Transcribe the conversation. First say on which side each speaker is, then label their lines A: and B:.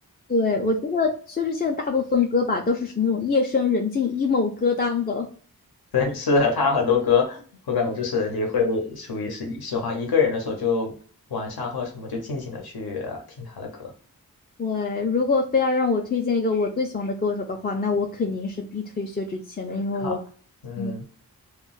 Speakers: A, on the left; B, on the left.
A: 对，我觉得薛之谦的大部分歌吧，都是属于那种夜深人静 emo 歌单的。
B: 对，是他很多歌，我感觉就是你会属于是喜欢一个人的时候，就晚上或者什么就静静的去听他的歌。
A: 对，如果非要让我推荐一个我最喜欢的歌手的话，那我肯定是必推薛之谦的，因为我，
B: 好，嗯，
A: 嗯，